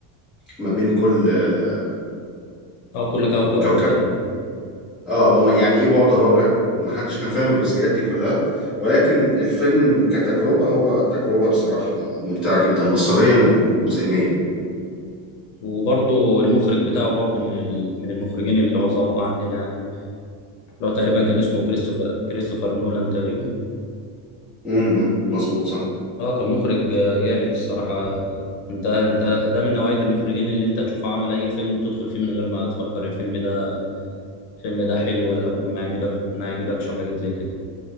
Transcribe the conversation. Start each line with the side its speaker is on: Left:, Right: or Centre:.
Centre: ما بين كل آه،
Left: اه كل كوكب
Centre: كوكب
Left: وكده يعني.
Centre: اه هو يعني ايه بعد رابع محدش كان فاهم الجزئيات دي كلها ولكن الفيلم كتجربة هو تجربة بصراحة ممتعة جدا بصريا و- وذهنيا
Left: وبرضه المخرج بتاعه برضه من ال... من المخرجين العظماء عندنا يعني اللي هو تقريبا كان اسمه كريستوفر كريستوفر نولان تقريبا
Centre: امم مظبوط صح
Left: اه كان مخرج آه، جامد الصراحة انت انت ده من نوعية المخرجين اللي انت تشوف عمل اي فيلم تدخل فيه من غير ما تفكر الفيلم ده الفيلم ده حلو ولا ممكن ما يعجبك ما يعجبكش وحاجات زي كده